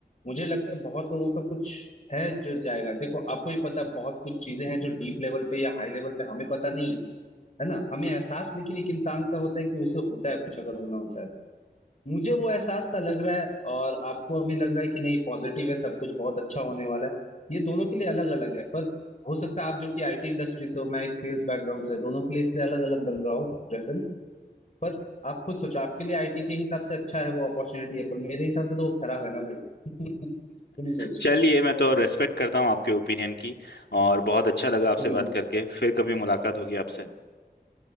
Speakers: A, on the left; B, on the left.
A: मुझे लगता है बहुत लोगों का कुछ है जो जाएगा देखो आपको ही पता है बहुत कुछ चीजें हैं जो डीप लेवल पे या हाई लेवल पे हमें पता नहीं है ना हमें एहसास लेकिन एक इंसान का होता है कि उसे होता है कुछ अगर होना होता है तो। मुझे वो एहसास सा लग रहा है और आपको अभी लग रहा है कि नहीं पॉजिटिव है सब कुछ बहुत अच्छा होने वाला है ये दोनों के लिए अलग अलग है पर हो सकता है आप जो कि आईटी इंडस्ट्री से हो मैं एक सेल्स बैकग्राउंड से दोनों के लिए इसलिए अलग अलग बन रहा हो रेफरेंस पर आप खुद सोचो आपके लिए आईटी के हिसाब से अच्छा है वो अपॉर्चुनिटी है पर मेरे हिसाब से तो वो खराब है ना भाई <laughs> खुद ही सोचो
B: चलिए मैं तो रेस्पेक्ट करता हूँ आपके ओपिनियन की और बहुत अच्छा लगा आपसे
A: हम्म
B: बात करके फिर कभी मुलाकात होगी आपसे